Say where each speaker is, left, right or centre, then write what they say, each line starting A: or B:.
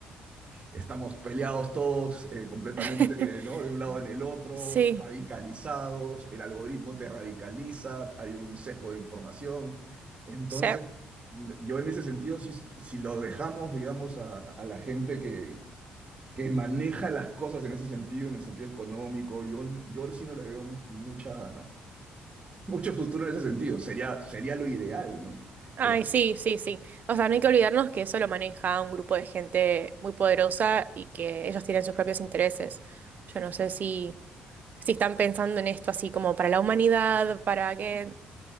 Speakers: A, on the right (about 35°); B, on the right (about 50°).
A: Estamos peleados todos eh, completamente,
B: <laughs>
A: ¿no? De un lado en el otro,
B: Sí,
A: radicalizados, el algoritmo te radicaliza, hay un sesgo de información. Entonces,
B: sí.
A: yo en ese sentido, si, si lo dejamos, digamos, a, a la gente que, que maneja las cosas en ese sentido, en el sentido económico, yo, yo sí no le veo mucha, mucho futuro en ese sentido. Sería, sería lo ideal, ¿no?
B: Ay,
A: Pero sí,
B: sí, sí, sí. O sea, no hay que olvidarnos que eso lo maneja un grupo de gente muy poderosa y que ellos tienen sus propios intereses. Yo no sé si, si están pensando en esto así como para la humanidad, para que